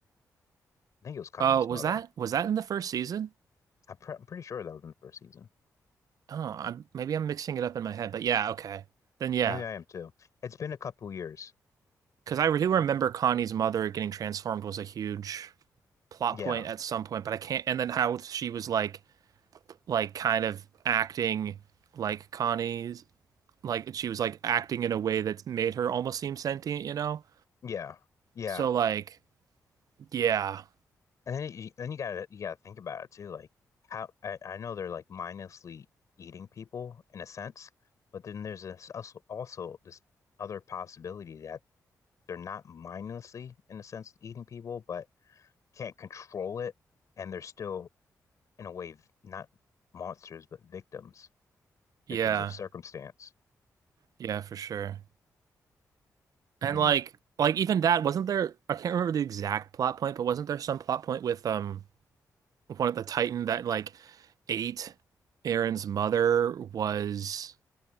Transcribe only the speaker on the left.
I think it was Connie's
mother.
I'm, pre- I'm pretty sure that was in the first season.
Maybe I am too. It's been a couple years.
Yeah,
yeah, yeah.
And then you, then you gotta you gotta think about it too. Like how I, I know they're like mindlessly eating people in a sense, but then there's this also also this other possibility that they're not mindlessly in a sense eating people, but can't control it, and they're still, in a way, not monsters, but victims,
victims of circumstance.
Mm.